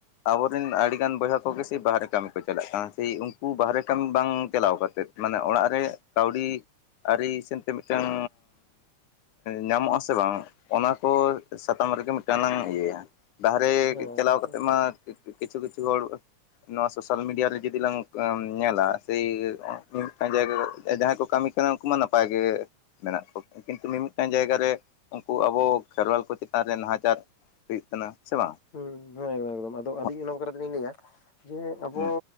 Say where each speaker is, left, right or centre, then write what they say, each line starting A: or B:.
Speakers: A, on the left; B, on the left.
A: ᱟᱵᱚᱨᱮᱱ ᱟᱹᱰᱤᱜᱟᱱ ᱵᱚᱭᱦᱟ ᱠᱚᱜᱮ ᱥᱮ ᱵᱟᱦᱨᱮ ᱠᱟᱹᱢᱤ ᱠᱚ ᱪᱟᱞᱟᱜ ᱠᱟᱱᱟ ᱥᱮᱭ ᱩᱱᱠᱩ ᱵᱟᱦᱨᱮ ᱠᱟᱹᱢᱤ ᱵᱟᱝ ᱪᱟᱞᱟᱣ ᱠᱟᱛᱮᱫ ᱢᱟᱱᱮ ᱚᱲᱟᱜ ᱨᱮ ᱠᱟᱹᱣᱰᱤ ᱟᱹᱨᱤ ᱥᱮᱱ ᱛᱮ ᱢᱤᱫᱴᱟᱝ ᱧᱟᱢᱚᱜ ᱟᱥᱮ ᱵᱟᱝ ᱚᱱᱟ ᱠᱚ ᱥᱟᱛᱟᱢ ᱨᱮᱜᱮ ᱢᱤᱫᱴᱟᱝ ᱞᱟᱝ ᱤᱭᱟᱹᱭᱟ ᱾ ᱵᱟᱦᱨᱮ
B: ᱦᱮᱸ
A: ᱪᱟᱞᱟᱣ
B: ᱦᱮᱸ
A: ᱠᱟᱛᱮᱫ ᱢᱟ ᱠᱤᱪᱷᱩ ᱠᱤᱪᱷᱩ ᱦᱚᱲ ᱱᱚᱣᱟ ᱥᱳᱥᱟᱞ ᱢᱤᱰᱤᱭᱟ ᱨᱮ ᱡᱩᱫᱤ ᱞᱟᱝ ᱧᱮᱞᱟ, ᱥᱮᱭ <unintelligible> ᱠᱟᱱ ᱡᱟᱭᱜᱟ ᱡᱟᱦᱟᱸᱭ ᱠᱚ ᱠᱟᱹᱢᱤ ᱠᱟᱱᱟ ᱩᱱᱠᱩ ᱢᱟ ᱱᱟᱯᱟᱭ ᱜᱮ ᱾ ᱢᱮᱱᱟᱜ ᱠᱚ ᱾ ᱠᱤᱱᱛᱩ ᱢᱤ-ᱢᱤᱫᱴᱟᱱ ᱡᱟᱭᱜᱟ ᱨᱮ ᱩᱱᱠᱩ ᱟᱵᱚ ᱠᱷᱮᱨᱣᱟᱞ ᱠᱚ ᱪᱮᱛᱟᱱ ᱨᱮ ᱱᱟᱦᱟᱪᱟᱨ ᱦᱩᱭᱩᱜ ᱠᱟᱱᱟ ᱥᱮ ᱵᱟᱝ?
B: ᱦᱮᱸ ᱦᱮᱸ ᱮᱠᱫᱚᱢ ᱟᱫᱚ ᱟᱹᱞᱤᱧ
A: ᱦᱚᱸ
B: ᱚᱱᱟ ᱵᱟᱠᱷᱟᱨᱟ ᱛᱮᱞᱤᱧ ᱞᱟᱹᱭᱟ, ᱡᱮ ᱟᱵᱚᱼᱼ
A: ᱦᱚᱸ